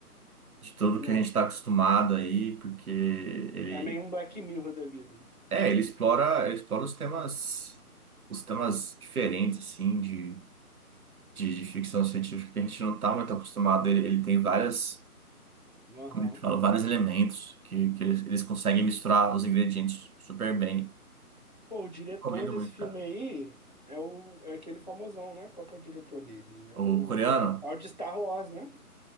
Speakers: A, on the right; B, on the left.
A: de tudo
B: Não.
A: que a gente tá acostumado aí, porque ele,
B: É meio um Black Mirror da vida.
A: é, ele explora, ele explora os temas, os temas diferentes, assim, de, de, de ficção científica que a gente não tá muito acostumado. Ele, ele tem várias.
B: Aham.
A: como é que fala, vários elementos que, que eles, eles conseguem misturar os ingredientes super bem.
B: Pô, o diretor
A: Recomendo
B: desse
A: muito,
B: filme
A: cara.
B: aí é o é aquele famosão, né? Qual que é o diretor dele? É o
A: O coreano,
B: é o de Star Wars, né?